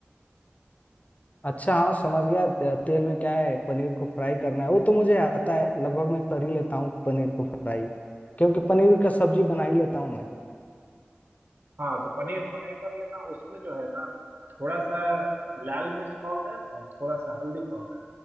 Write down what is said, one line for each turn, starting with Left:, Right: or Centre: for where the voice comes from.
Left: अच्छा हाँ समझ गया ते- तेल में क्या है पनीर को फ्राई करना है वो तो मुझे आता है लगभग मैं कर ही लेता हूँ पनीर को फ्राई क्योंकि पनीर का सब्जी बना ही लेता हूँ मैं
Right: हाँ तो पनीर फ्राई कर लेना उसमें जो है ना थोड़ा सा लाल मिर्च पाउडर और थोड़ा सा हल्दी पाउडर